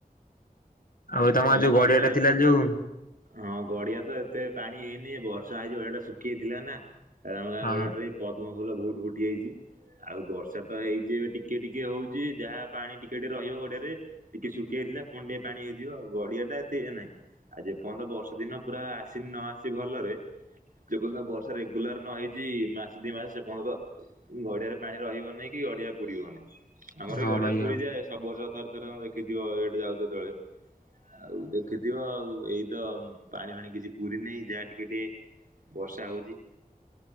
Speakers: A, on the left; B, on the right.
A: ଆଉ ତମ
B: ତମର
A: ଗାଁ ରେ ଯୋଉ
B: ତ
A: ଗଡିଆ
B: ସେପଟେ
A: ଟା ଥିଲା ଯୋଉ
B: ହଁ ଗଡିଆ ତ ଏତେ ପାଣି ହେଇନି ବର୍ଷା ହେଇଛି ଗଡିଆ ଟା ଶୁଖି ଯାଇଥିଲା ନା ଆମ ଗାଁ
A: ହଁ
B: ଗଡିଆ ଟାରେ ପଦ୍ମ ଫୁଲ ବହୁତ ଫୁଟିଯାଇଛି। ଆଉ ବର୍ଷା ତ ହେଇଛି ଏବେ ଟିକେ ଟିକେ ହଉଛି ଯାହା ପାଣି ଟିକେ ଟିକେ ରହିବ ଗଡିଆରେ ଟିକେ ଶୁଖି ଯାଇଥିଲା ପୁଣି ଟିକେ ପାଣି ହେଇ ଯିବ, ଆଉ ଗଡିଆ ଟା ଏତେ ଇଏ ନାହିଁ ଆ ଯେ ପର୍ଯ୍ୟନ୍ତ ବର୍ଷା ଦିନ ପୁରା ଆସିନି ନ ଆସି ଭଲରେ ଯେପର୍ଯ୍ୟନ୍ତ ବର୍ଷା ରେଗୁଲାର ନ ହେଇଛି ମାସେ ଦି ମାସ ସେ ପର୍ଯ୍ୟନ୍ତ ଗଡିଆରେ ପାଣି ରହିବ ନି କି ଗଡିଆ ପୁରିବନି। ଆମର
A: ହଁ
B: ଏଇ ଗଡିଆ
A: ଭାଇ
B: ପୁରୀ
A: ହଁ।
B: ଯାଏ, ସବୁ ବର୍ଷ ଥରେ ଥରେ ଦେଖିଥିବ ଏଇଠି ଯାଉଛ ଯେତେବେଳେ। ଆଉ ଦେଖିଥିବ ଆଉ ଏଇତ ପାଣି ଫାଣି କିଛି ପୁରିନି ଯାହା ଟିକେ ଟିକେ ବର୍ଷା ହଉଛି।